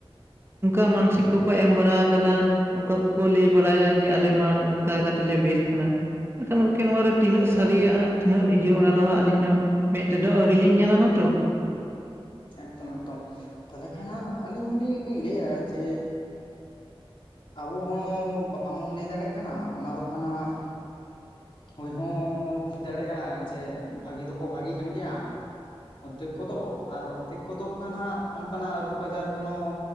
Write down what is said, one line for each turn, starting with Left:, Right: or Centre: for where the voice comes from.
Right: ᱚᱱᱠᱟ ᱢᱟᱱᱥᱤᱠ ᱠᱚᱠᱚ ᱮᱢ ᱵᱟᱲᱟ ᱟᱠᱟᱫᱟ᱾ ᱚᱱᱠᱟ ᱠᱚᱠᱚ ᱞᱟᱹᱭ ᱵᱟᱲᱟᱭᱟ ᱡᱮ ᱟᱞᱮ ᱢᱟ ᱱᱚᱝᱠᱟ ᱠᱟᱭᱮᱞᱮ ᱞᱮ ᱵᱮᱥ ᱠᱟᱱᱟ᱾ ᱢᱮᱱᱠᱷᱟᱱ ᱜᱚᱢᱠᱮ ᱱᱚᱣᱟ‌ᱨᱮ ᱛᱤᱱᱟᱹᱜ ᱥᱟᱹᱨᱤᱭᱟᱜ ᱦᱟᱸᱜ ᱛᱤᱱᱟᱹᱜ ᱤᱭᱟᱹ ᱚᱱᱟ ᱫᱚ ᱦᱟᱸᱜ ᱟᱹᱞᱤᱧ ᱦᱚᱸ ᱢᱮᱫ ᱛᱮᱫᱚ ᱟᱹᱣᱨᱤ ᱞᱤᱧ ᱧᱮᱞᱟᱱᱟ ᱛᱚ᱾
Left: ᱮᱠᱫᱚᱢ ᱮᱠᱫᱚᱢ ᱛᱟᱦᱚᱞᱮ ᱠᱷᱟᱱ ᱟᱹᱞᱤᱧ ᱦᱚᱸᱞᱤᱧ ᱞᱟᱹᱭᱮᱫᱼᱟ ᱡᱮ ᱟᱵᱚ ᱦᱚᱸ ᱵᱟᱵᱚᱱ ᱞᱟᱹᱭ ᱫᱟᱲᱮᱭᱟᱜ ᱠᱟᱱᱟ ᱚᱱᱟ ᱫᱚ ᱠᱷᱚᱱ ᱦᱟᱸᱜ ᱦᱳᱭ ᱦᱚᱸ ᱦᱩᱭ ᱫᱟᱲᱮᱜ-ᱟ ᱡᱮ ᱵᱷᱟᱹᱜᱤ ᱫᱚᱠᱚ ᱵᱷᱟᱹᱜᱤ ᱠᱟᱱ ᱜᱮᱭᱟ᱾ ᱚᱨᱫᱷᱮᱠ ᱠᱚᱫᱚ ᱟᱨ ᱚᱨᱫᱷᱮᱠ ᱠᱚᱫᱚ ᱠᱷᱟᱱ ᱦᱟᱸᱜ ᱚᱱᱠᱟᱱᱟᱜ ᱨᱳᱜᱽ ᱟᱡᱟᱨ ᱠᱷᱚᱱ ᱦᱚᱸ